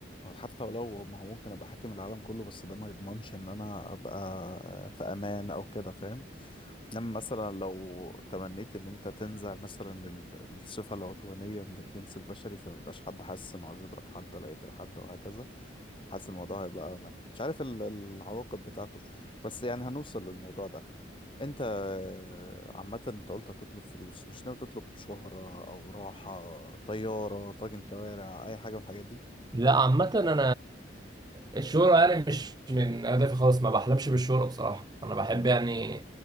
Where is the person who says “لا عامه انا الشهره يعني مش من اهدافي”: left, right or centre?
Right